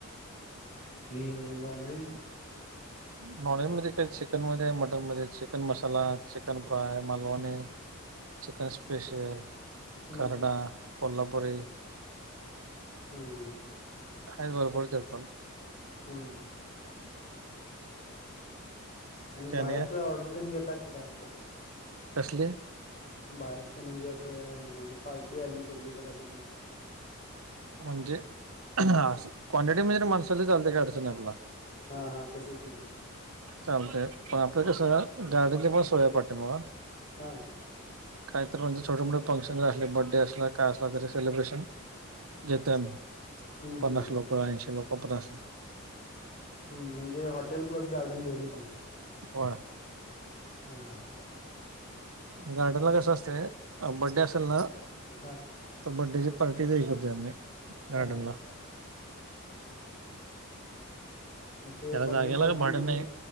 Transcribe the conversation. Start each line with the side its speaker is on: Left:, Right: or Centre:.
Left: नि नॉनवेहेज.
Right: <inaudible> नॉनवे्ज मध्ये काही चिकन मध्ये मटन मध्ये chicken masala chicken fry Malvani. Chicken special
Left: हम्म
Right: खर्ड कोल्हापुरी.
Left: <inaudible>
Right: हच बरोबरल पण
Left: हम. आणि
Right: काय
Left: बाहेरच
Right: काय
Left: ऑर्डर देऊन घेतात का काय.
Right: कसले.
Left: बाहेरची म्हणजे असं म्हणजे पार्टी आली कुठली तर असं.
Right: म्हणजे अस क्वांटिटी म्हणजे माणसाला चालते काय अडचणी आपला.
Left: हा हा तसच घे.
Right: चालते पण आपल्या कसं गाडीच्या पण सोयया पाठीे मग.
Left: हां.
Right: काही तर म्हणजे छोट मोठे फंक्शन ज असले बर्थडे असलं काय असला त सेलिब्रेशन. घेतोम्ही
Left: हम्म
Right: पन्नास
Left: हम्म हम्म
Right: लोक ऐंशी लोक पननास लोक.
Left: हम्म म्हणजे हॉटेल प्लस गार्डन दोन्ही पण
Right: होय
Left: हा हा
Right: गार्डन ला कस असते बड्डे असेल ना.
Left: हा
Right: तर बर्डेची पार्ट दे करते आे गार्डन
Left: हा
Right: ला.
Left: मग ते
Right: त्याला जागेला
Left: बड्डे पार्टी
Right: भाड
Left: मध्ये
Right: नाही